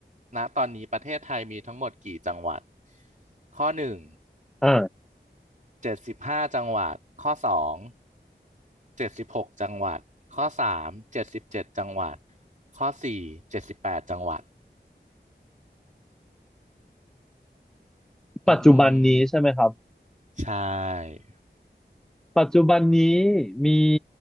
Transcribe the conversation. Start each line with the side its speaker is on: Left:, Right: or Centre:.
Right: ณตอนนี้ประเทศไทยมีทั้งหมดกี่จังหวัดข้อหนึ่ง
Centre: อ่า
Right: เจ็ดสิบห้าจังหวัดข้อสองเจ็ดสิบหกจังหวัดข้อสามเจ็ดสิบเจ็ดจังหวัดข้อสี่เจ็ดสิบแปดจังหวัดอืมอืม
Centre: ปัจจุบันนี้ใช่ไหมครับ
Right: ใช่
Centre: ปัจจุบันนี้มี